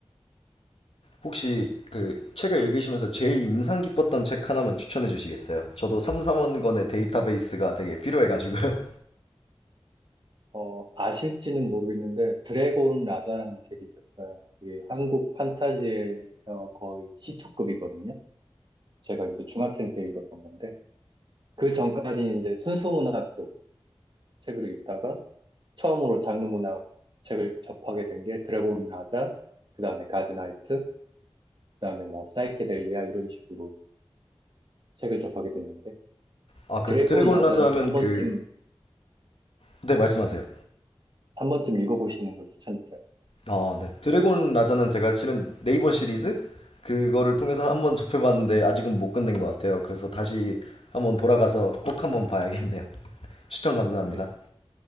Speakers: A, on the left (about 75°); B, on the right (about 50°).
A: 혹시 그 책을 읽으시면서 제일 인상 깊었던 책 하나만 추천해 주시겠어요? 저도 삼사번 건의 데이터베이스가 되게 필요해가지고요.
B: 어, 아실지는 모르겠는데, 드래곤 라자라는 책이 있었어요. 그게 한국 판타지의 어, 거의 시초급이거든요. 제가 이제 중학생 때 읽었던 건데, 그 전까지 이제 순수문학 쪽 책을 읽다가, 처음으로 장르 문학 책을 접하게 된 게 드래곤 라자, 그 다음에 가즈나이트, 그 다음에 뭐 사이케델리아 이런 식으로 책을 접하게 됐는데
A: 아, 그
B: 드래곤
A: 드래곤
B: 라자는
A: 라자 하면
B: 한
A: 그...
B: 번쯤
A: 네, 말씀하세요.
B: 한 번쯤 읽어보시는 걸 추천드려요.
A: 아, 네. 드래곤 라자는 제가 실은 네이버 시리즈 그거를 통해서 한번 접해봤는데 아직은 못 끝낸 것 같아요. 그래서 다시 한번 돌아가서 꼭 한번 봐야겠네요. <laughs> 추천 감사합니다.
B: 네.